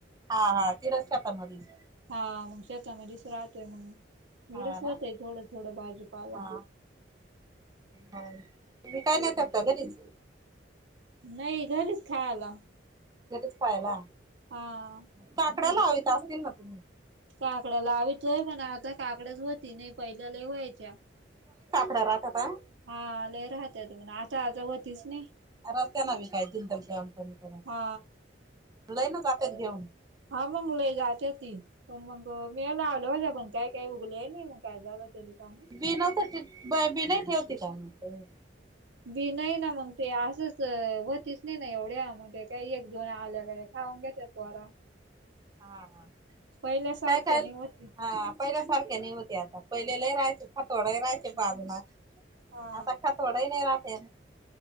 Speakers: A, on the right; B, on the right.
A: हा हा तिथंच शेतामध्येच
B: हा मग शतामध्येच राहतोय मग. एवढंच
A: हा
B: होतय
A: ना.
B: थोडं थोडं भाजीपाला
A: हा हा <unintelligible> विकायला नेतात का घरीच?
B: नाही घरीच खायला.
A: घरीच खायला.
B: हा.
A: काकड्या लावित असतील ना तुम्ही?
B: काकडाला लावितो पण आता काकड्याच होती नाही. पहिल्याला व्हायच्या.
A: थोड्या राहता का?
B: हा लई राहते तन. आता आता होतीच नाही.
A: रस्त्याने विकायची ना <unintelligible> नपणी
B: हा.
A: लईन जातेत घेऊन.
B: हा मग लय जात्याती. पण मग मी लावल्या होत्या. पण काही काही उगल्या नाही. मग काय झालं तेल काणू?
A: बि नवत ठे, बि नाही ठेवती का मग तुम्ही?
B: बी नाही ना मग, ते असंच होतीस नाही ना एवढ्या म ते काय एक दोन. आलेका ते खाऊंन घेतात पोरा.
A: हा, हा.
B: पहिल्यासारख्या
A: काय काय?
B: नाही होती
A: हा. पहिल्यासारखे नाही होती आता. पहिलेले लई राहायचे खातोडा राहायचे बाजून.
B: हा
A: आता खातोड काही नाही राहत्या.